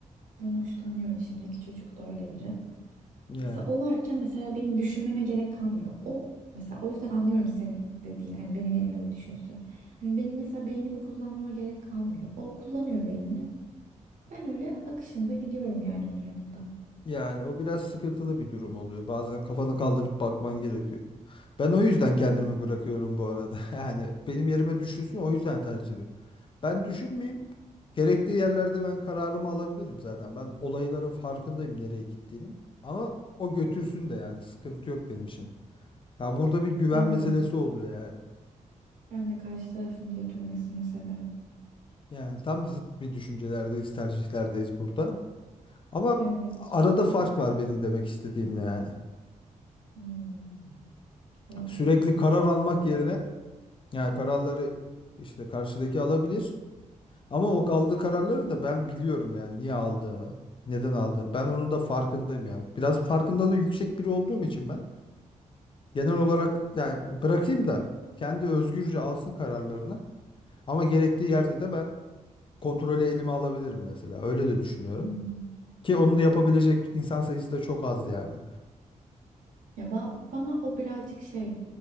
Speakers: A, on the right; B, on the left.
A: hoşlanıyorum. Şimdiki çocuk da öyle biri.
B: Ya
A: Mesela o varken mesela benim düşünmeme gerek kalmıyor. O mesela o yüzden anlıyorum senin dediğin hani benim yerime de düşünsün. Hani benim mesela beynimi kullanmama gerek kalmıyor. O kullanıyor beynini. Ben öyle akışında gidiyorum yani onun yanında.
B: Yani o biraz sıkıntılı bir durum oluyor. Bazen kafanı kaldırıp bakman gerekiyor. Ben o yüzden kendimi
A: Hmm.
B: bırakıyorum bu arada. <laughs> Yani benim yerime düşünsün o yüzden tercih ediyorum. Ben düşünmeyeyim. Gerektiği yerlerde ben kararımı alabilirim zaten. Ben olayların farkındayım nereye gittiğinin. Ama o götürsün de yani sıkıntı yok benim için. Ya burada bir güven
A: Ben
B: meselesi
A: de
B: oluyor yani.
A: ben de karşı tarafın götürmesini severim.
B: Yani tam zıt bir düşüncelerdeyiz, tercihlerdeyiz burada. Ama
A: Evet.
B: arada fark var benim demek istediğimle yani.
A: Hmm. Olabilir.
B: Sürekli karar almak yerine Yani kararları işte karşıdaki alabilir. Ama o aldığı kararları da ben biliyorum yani niye aldığını, neden aldığını. Ben onun da farkındayım ya. Biraz farkındalığı yüksek biri olduğum için ben genel olarak yani bırakayım da kendi özgürce alsın kararlarını. Ama gerektiği yerde de ben kontrolü elime alabilirim mesela. Öyle de düşünüyorum.
A: Hmm.
B: Ki onu da yapabilecek insan sayısı da çok az yani.
A: Ya ba- bana o birazcık şey